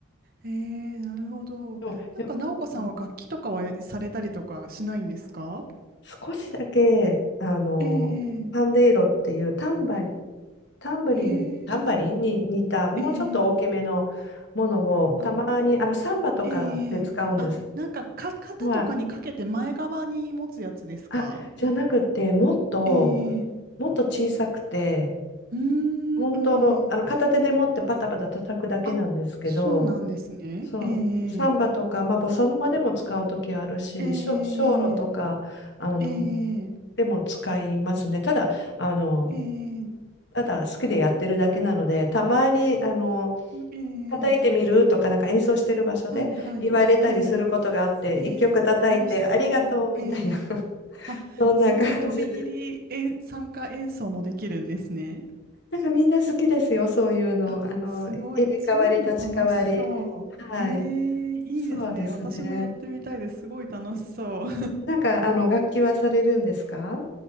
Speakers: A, on the right; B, on the left.
A: ええなるほどなんか奈央子さんは楽器とかはされたりとかしないんですか
B: でも、やうん少しだけ、あの、
A: ええ
B: パンデイロっていうタンバリン、タンブリン、
A: へえ
B: タンバリンに似た、もうちょっと大きめのものを、
A: ええあ
B: たまに、あの、サンバとかで使うんです。
A: ええあなんかか肩とかにかけて前側に持つやつですか
B: はい。あ、じゃなくて、もっと、
A: ええ
B: もっと小さくて、
A: うーんええ
B: 本当、あの片手で持ってパタパタ叩くだけなんですけど、
A: あそうなんですねえ
B: そう、サンバとか、
A: え
B: まあ、ボサノバでも使う時あるし、
A: え
B: ショ、ショーロとか、あの、
A: えええ
B: でも使いますね。ただ、あの、
A: ええうーん
B: ただ好きでやってるだけなので、たまに、あの、
A: え
B: 叩いてみるとか、
A: え
B: なんか演奏してる場所で言われたりすることがあって、
A: はいはい。えー、えー、
B: 一曲叩いて、
A: 楽しそう。
B: ありがとうみたいな、
A: えー、
B: <laughs>
A: あ、
B: そんな感じです。
A: そういう飛び入り演参加演奏もできるんですね。
B: なんかみんな好きですよ、そういうの。
A: あ、
B: あの、
A: すごい。
B: 入れ替わり、
A: そういうの楽しそう。
B: 立ち替わり。はい。
A: えー、いいですね。
B: そうですね。
A: 私もやってみたいです。すごい楽しそう。
B: なんか、あの、楽器はされるんですか